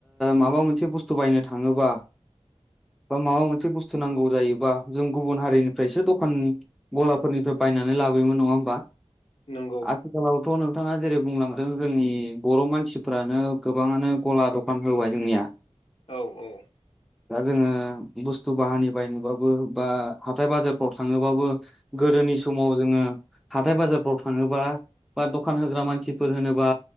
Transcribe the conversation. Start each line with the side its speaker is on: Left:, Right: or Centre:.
Centre: माबा मोनसे बुस्थु बायनो थाङोबा बा माबा मोनसे बुस्थु नांगौ जायोबा जों गुबुन हारिनिफ्रायसो दखाननि गलाफोरनिफ्राय बायनानै लाबोयोमोन नङा होमबा
Left: नंगौ
Centre: आथिखालाव थ' नोंथाङा जेरै बुंलांदों जोंनि बर' मानसिफ्रानो गोबाङानो गला दखान होबाय जोंनिया
Left: औ औ
Centre: दा जोङो बुस्थु बाहानि बायनोबाबो बा हाथाय बाजारफ्राव थाङोबाबो गोदोनि समाव जोङो हाथाय बाजारफ्राव थाङोबा बा दखान होग्रा मानसिफोर होनोबा